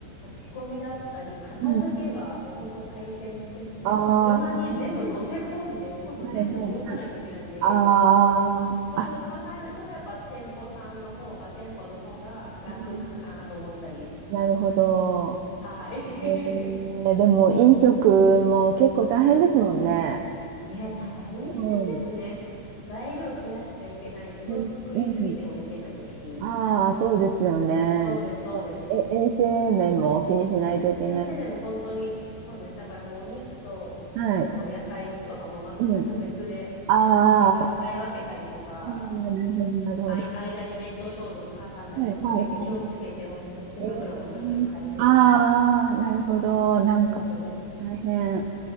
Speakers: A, on the left; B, on the right.
A: 仕込みだったり、片付けがもう本当大変ですね。
B: うん。ああ、
A: 車に全部乗せ込んで、
B: は
A: 今度全部下ろさなきゃいけないんで、
B: いはいはい。ああ、
A: そういうのを考えると、
B: あ、
A: やっぱ店舗さんの方が、店舗の方が楽かなと思ったり。
B: うんなるほど。
A: はい。
B: えー、でも飲食も結構大変ですもんね。
A: <laughs> ね、大変ですね。
B: うん、
A: 材料切らしちゃいけないけど、
B: うん、
A: 作りすぎてもいけないし。
B: うん。ああ、そうですよね。
A: そうです、そうです。
B: え、衛生面も気にしないといけない。
A: エステでも本当に、そうです。だからもうお肉と、
B: はい。
A: あの、野菜とかもう全く別で、
B: うん。
A: 時間帯分けたりとか、
B: ああ、うん、なるほど、なるほど。
A: あい、間に熱湯消毒挟んだりとか、
B: はい、はい、
A: 結構気をつけてますね。
B: はい。
A: 手袋もしょっちゅう変えてみたいな。
B: えー、ああ、なるほど。なんか、
A: そうです、そうです。
B: 大変。